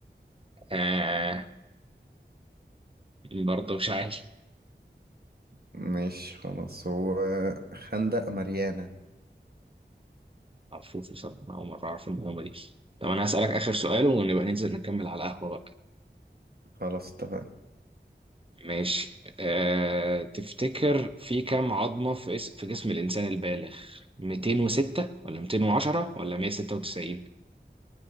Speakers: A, on the right; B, on the right.
A: آه برضه مش عارف
B: ماشي خلاص هو خندق ماريانا
A: معرفوش بصراحه اول مره اعرف المعلومه دي طب انا هسالك اخر سؤال ونبقى ننزل نكمل على القهوه بقى
B: خلاص اتفقنا
A: ماشي أه... تفتكر في كام عظمة في اس... في جسم الإنسان البالغ 206 ولا 210 ولا 196